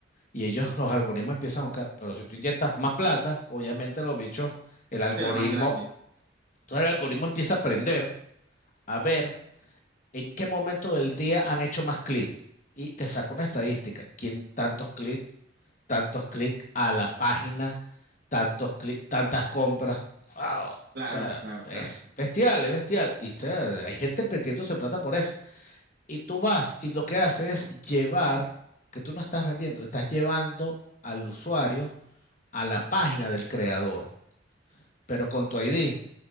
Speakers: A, on the left; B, on the right.
A: y ellos, los algoritmos empiezan a buscar. Pero si tú inyectas más plata, obviamente los bichos, el algoritmo,
B: Será más grande.
A: todo el algoritmo empieza a aprender a ver en qué momento del día han hecho más clics. Y te saca una estadística. ¿Quién tantos clics? Tantos clics a la página tantos tantas compras. Wow.
B: Claro,
A: O sea,
B: claro, claro.
A: es bestial, es bestial. Y o sea, hay gente metiéndose plata por eso. Y tú vas y lo que haces es llevar, que tú no estás vendiendo, estás llevando al usuario a la página del creador, pero con tu ID.